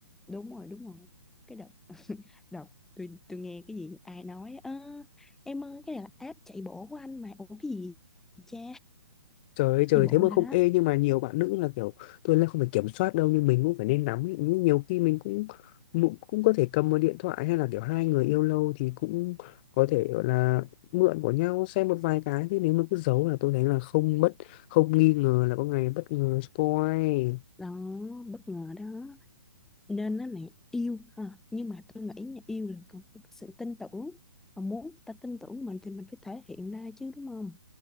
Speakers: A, in the centre; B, on the left.
A: đúng rồi, đúng rồi. Cái đợt đợt tôi tôi nghe cái gì ai nói ơ em ơi cái này là app chạy bộ của anh mà ủa cái gì cha
B: Trời ơi trời
A: chạy bộ
B: thế mà
A: nào
B: không
A: đó
B: ê nhưng mà nhiều bạn nữ là kiểu tôi là không phải kiểm soát đâu nhưng mình cũng phải nên nắm ý. Nhưng nhiều khi mình cũng cũng cũng có thể cầm một điện thoại hay là kiểu hai người yêu lâu thì cũng có thể gọi là mượn của nhau xem một vài cái thế nếu mà cứ giấu là tôi thấy là không bất không nghi ngờ là có ngày bất ngờ spoil
A: đó bất ngờ đó nên nó này yêu ha nhưng mà tôi nghĩ nha yêu là cần phải có sự tin tưởng và muốn người ta tin tưởng mình thì mình phải thể hiện ra chứ đúng không